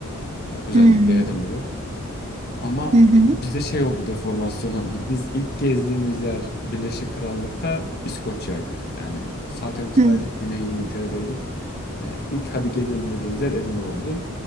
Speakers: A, on the left (about 45°); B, on the right (about 30°).
A: Eee, özellikle
B: Hmm.
A: Edinburgh. Ama
B: Hı hı.
A: bi- bize şey oldu deformasyonun. <laughs> Biz ilk gezdiğimiz yer Birleşik Krallık'ta İskoçya'ydı. Yani Southampton'daydık,
B: Hı.
A: Güney İngiltere'deydik. Eee, İlk hadi gezelim dediğimiz yer Edinburgh oldu.